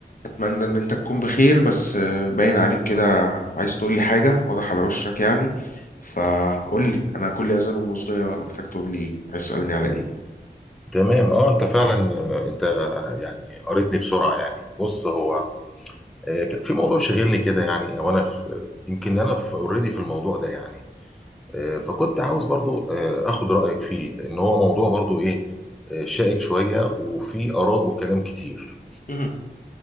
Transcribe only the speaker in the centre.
تمام اه انت فعلا آه، انت يعني قريتني بسرعه يعني بص هو آه، كان في موضوع شاغلني كده يعني او انا في يمكن انا في اوريدي في الموضوع ده يعني آه، فكنت عاوز برضو آه، اخد رايك فيه لان هو موضوع برضو ايه آه، شائك شويه وفي اراء وكلام كتير